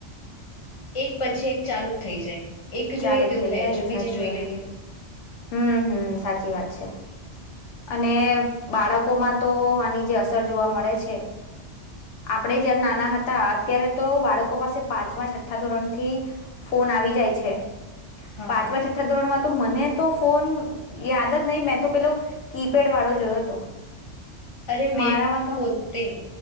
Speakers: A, on the left; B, on the left.
A: એક પછી એક ચાલુ જ થઈ જાય એક
B: ચાલુ
A: જોઈએ તેવું
B: થઇ
A: થાય
B: જાય
A: હજુ
B: એ
A: બીજી
B: સાચી
A: જોઈ
B: વાત,
A: લઈએ.
B: હમ્મ, હમ્મ, સાચી વાત. છે અને બાળકોમાં તો આની જે અસર જોવા મળે છે, આપડે જયારે નાના હતા અત્યારે તો બાળકો પાસે પાંચમા છઠ્ઠા ધોરણથી ફોન આવી જાય છે.
A: હા
B: પાંચમા છઠ્ઠા ધોરણમાં તો મને તો ફોન યાદ જ નઈ, મેં તો પેલો કીપેડ વાળો જોયો તો.
A: અરે મેં
B: મારામાં
A: પોતે